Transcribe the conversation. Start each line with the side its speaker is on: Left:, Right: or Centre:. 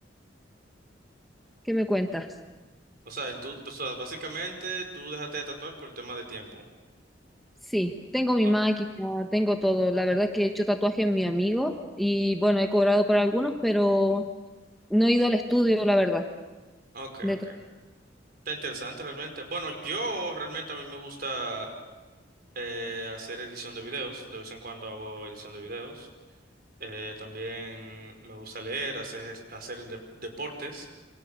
Centre: ¿Qué me cuentas?
Right: O sea, en tu, o sea, básicamente tú dejaste de tatuar por el tema de tiempo.
Centre: Sí, tengo mi
Right: Ok,
Centre: máquina, tengo todo. La verdad que he hecho tatuajes en mi amigo y bueno, he cobrado por algunos, pero no he ido al estudio, la verdad.
Right: ok,
Centre: De
Right: ok.
Centre: to-
Right: Está interesante realmente. Bueno, yo realmente a mí me gusta eh, hacer edición de videos. De vez en cuando hago edición de videos. Eh, también me gusta leer, hacer, hacer de- deportes.